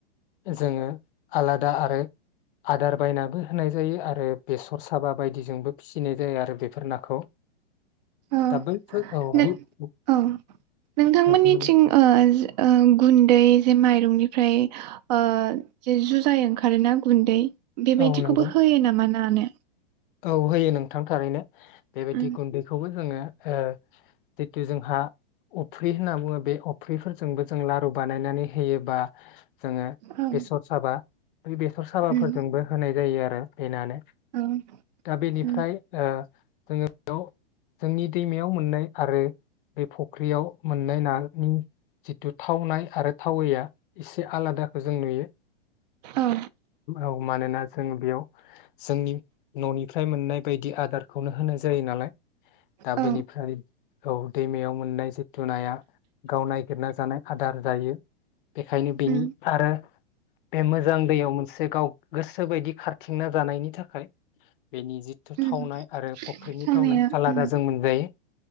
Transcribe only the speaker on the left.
जोङो आलादा आरो आदार बायनाबो होनाय जायो आरो बेसर साबा बायदिजोंबो फिसिनाय जायो आरो बे बेफोर नाखौ।
दा बैफोर, औ।
नोंथां
औ नंगौ
औ होयो नोंथां थारैनो। बेबायदि
गुन्दैखौबो जोङो ओ जितु जोंहा अफ्रि होनना बुङो बे अब अफ्रिफोरजोंबो जों लारु बानायनानै, होयोबा, जोङो
बेसर साबा बे बेसर साबाफोरजोंबो
होनाय जायो ओ बेनानो, दा
बेनिफ्राय
ओ जोङो बेयाव जोंनि दैमायाव मोननाय आरो बे फुख्रियाव मोननाय नानि जितु थावनाय आरो थावैया एसे आलादाखौ जों नुयो
औ मानोना जों बेयाव जोंनि, न'निफ्राय मोननाय बायदि आदारखौनो होनाय जायो नालाय दा
बेनिफ्राय औ दैमायाव मोननाय जिथु नाया गाव नागिरना जानाय आदार जायो। बेखायनो बेनि
आरो बे मोजां दैयाव मोनसे मोनसे गाव गोसो बायदि खारथिंना जानायनि थाखाय, बेनि जिथु
थावनाय आरो फुख्रिनि
थावनाय आलादा
जों मोनजायो,